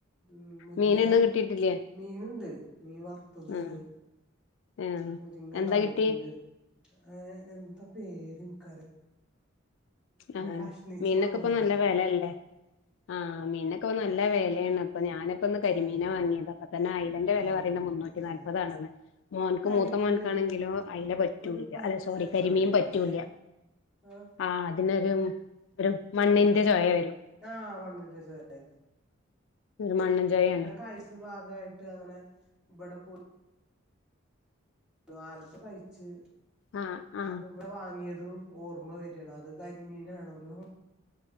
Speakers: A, in the centre; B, on the left.
A: ഉം മുരിങ്ങ
B: മീനൊന്നും കിട്ടിട്ടില്ലേ
A: മീനുണ്ട് മീൻ വറുത്തതുണ്ട്
B: ആഹ് ആഹ്
A: മുരിങ്ങ
B: എന്താ
A: താളിപ്പുണ്ട്
B: കിട്ടി
A: ഏഹ് എന്താ പേര് എനിക്കറ
B: ആഹ്
A: കഷ്ണിച്ച്
B: മീനൊക്കെ
A: കൊണ്ടന്നതാ
B: ഇപ്പ നല്ല വിലയല്ലേ ആഹ് മീനൊക്കെ നല്ല വിലയാണ് അപ്പൊ ഞാന് ഇപ്പന്ന് കരിമീന
A: ആഹ്
B: വാങ്ങിയത് അപ്പ തന്നെ ഐയില വില
A: ആഹ്
B: പറയുന്നത് മുന്നൂറ്റി
A: ആഹ്
B: നാല്പതാണെന്ന് മോൻക്ക്
A: കരിമീനൊരു
B: മൂത്ത മോൻക്കാണെങ്കിലോ
A: ഒരു
B: ഐയില പറ്റൂല്ല
A: ഒരു പച്ച
B: അല്ല സോറി കരിമീൻ
A: ചോയയാണല്ലേ
B: പറ്റൂല
A: ആഹ്
B: ആഹ് അതിനൊരു ഒരു മണ്ണിന്റെ
A: ഉം
B: ചോയ വരും
A: ആഹ് മണിന്റെ ചോയാ
B: മണ്ണ്ചെയ
A: ഞാൻ കഴ്ച്ച ഭാഗയിട്ട് അങ്ങനെ ഇവിടെ പോയി ആലപ്പ കഴിച്ച്
B: ആഹ് ആഹ്
A: അപ്പൊ ഇന്ന് വാങ്ങിയതും ഓർമ്മ വരണ അത് കരിമീനാണോലൊ